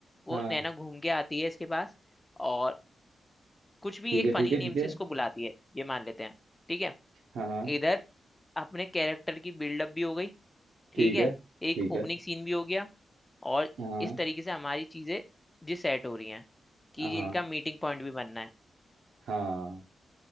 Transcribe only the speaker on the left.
वो
नैना घूम के आती है इसके पास और कुछ भी
एक
फनी
नेम
से इसको बुलाती है ये मान लेते हैं ठीक है
इधर अपने कैरेक्टर की बिल्डअप भी हो गई ठीक
है
एक
ओपनिंग
सीन भी हो गया और
इस तरीके से हमारी चीजें जी सेट हो रही हैं कि
जिनका मीटिंग पॉइंट भी बनना है